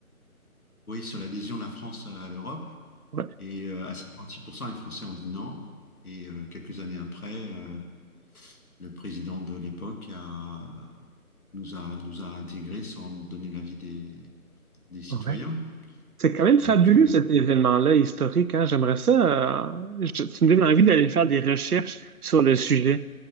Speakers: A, on the left; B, on the right.
A: oui, sur l'adhésion de la France à l'Europe.
B: Ouais.
A: Et euh, à 56%, les Français ont dit non. Et euh, quelques années après, euh, le président de l'époque a, nous a, nous a intégrés sans donner l'avis des, des citoyens.
B: Ouais. C'est quand même
A: Donc,
B: fabuleux
A: euh,
B: cet événement-là historique, hein. J'aimerais ça. euh, je- tu me donnes envie d'aller faire des recherches sur le sujet,